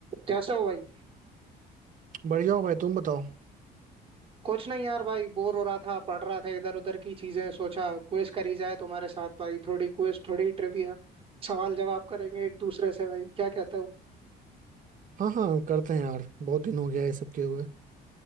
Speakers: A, on the right (about 35°); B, on the right (about 50°).
A: कैसे हो भाई
B: बढ़िया हो भाई तुम बताओ
A: कुछ नहीं यार भाई बोर हो रहा था पढ़ रहा था इधर उधर की चीजें सोचा क्विज करी जाए तुम्हारे साथ भाई थोड़ी क्विज थोड़ी ट्रिविया सवाल जवाब करेंगे एक दूसरे से भाई क्या कहते हो
B: हाँ हाँ करते हैं यार बहुत दिन हो गया है सब किए हुए